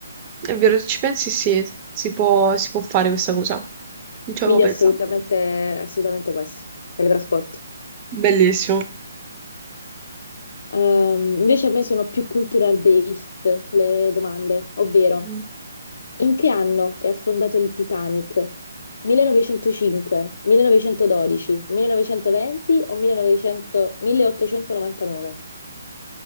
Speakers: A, on the right; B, on the left.
A: è vero, se ci pensi sì, si può, si può fare questa cosa. Non ci
B: Quindi
A: avevo pensato.
B: assolutamente, assolutamente questo, teletrasporto.
A: Bellissimo.
B: Ehm, invece a me sono più cultural based le domande, ovvero
A: Mm.
B: in che anno è affondato il Titanic? 1905, 1912, 1920 o 1900 1899?